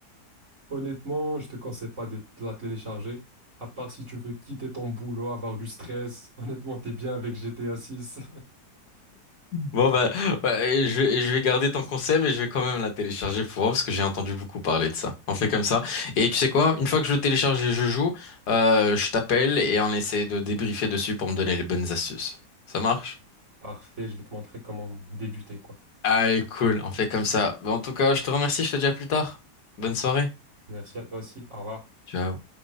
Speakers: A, on the right; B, on the left.
A: Honnêtement, je te conseille pas de te la télécharger. À part si tu veux quitter ton boulot, avoir du stress. Honnêtement, t'es bien avec GTA 6.
B: Bon, bah, bah, et je, vais- et je vais garder ton conseil, mais je vais quand même la télécharger pour voir parce que j'ai entendu beaucoup parler de ça. On fait comme ça. Et tu sais quoi? Une fois que je le télécharge et je joue, euh, je t'appelle et on essaie de débriefer dessus pour me donner les bonnes astuces. Ça marche?
A: <laughs> Parfait, je vais te montrer comment débuter, quoi.
B: Allez, cool, on fait comme ça. Bon, en tout cas, je te remercie, je te dis à plus tard. Bonne soirée.
A: Merci à toi aussi. Au revoir.
B: Ciao.